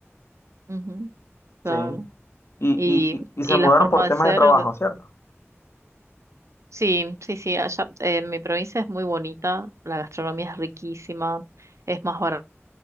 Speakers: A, on the right (about 85°); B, on the left (about 60°).
A: Ujú, claro.
B: Sí. Y,
A: Y,
B: y, y, y
A: y
B: se mudaron
A: la forma
B: por temas
A: de ser,
B: de trabajo,
A: de-
B: ¿cierto?
A: sí, sí, sí, allá en mi provincia es muy bonita, la gastronomía es riquísima, es más barata